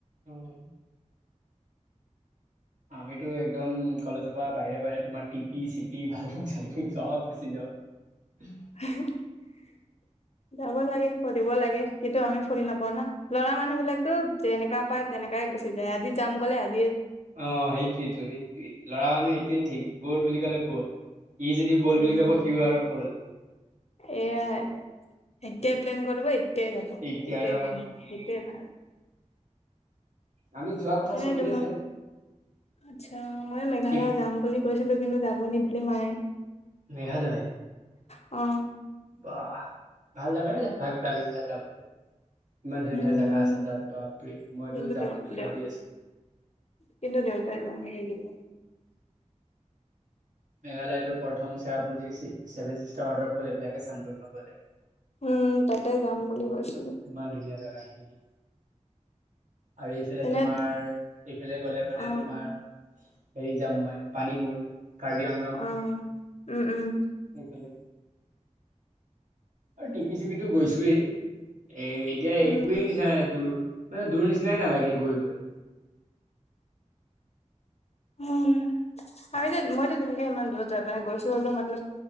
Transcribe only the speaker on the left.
<unintelligible>
যাব লাগে ফুৰিব লাগে কিন্তু আমি ফুৰি নাপাওঁ না ল'ৰা মানুহ বিলাক টো যেনেকা পায় তেনেকাই গুচি যায় আজি যাম ক'লে আজ-
উম
এয়া এতিয়াই প্লেন কৰিব এতিয়াই যাব সেইটোৱে
ভাল সেইটোৱে ভাল।
এনে
তোমাৰ
আচ্ছা মইও মেঘালয়
যাম বুলি কৈছিলো কিন্তু যাব নিদিলে মায়ে।
অ।
উম
কিন্তু
দেউ
দেউ
কিন্তু দেউতাই যাব নিদিয়ে
উম, তাতে যাম বুলি কৈছো।
তেনে
অ
অ উম, উম।
উম
উম, আৰু যে মইতো তেনেকে ইমান দূৰত যাব পৰা নাই গৈছো হ'লেও মতলব